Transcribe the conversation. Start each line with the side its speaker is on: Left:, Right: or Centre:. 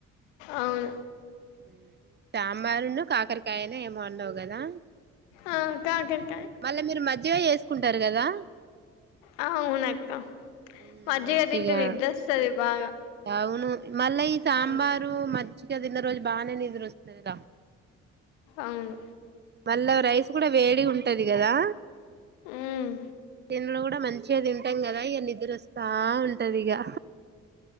Left: అవును
Right: హ్మ్ సాంబారున్నా కాకరకాయనా ఏమో అన్నావ్ కదా
Left: ఆ కాకర్
Right: మళ్ళా మీరు మధ్య <unintelligible> చేసుకుంటారు. కదా
Left: ఆ అవునక్క
Right: హ్మ్
Left: మజ్జిగ
Right: మజ్జిగా
Left: తింటే నిద్రొస్తది బాగా
Right: అవును మళ్ళా ఈ సాంబారు
Left: ఉమ్
Right: మజ్జిగా తిన్న రోజు బాగానే నిద్ర వస్తది రా
Left: అవును
Right: మళ్ళా రైస్ కూడా వేడి ఉంటది. కదా
Left: ఉమ్
Right: ఇందులో కూడా మంచిగా తింటాం. కదా ఇగా నిద్ర వ బా ఉంటది. ఇగా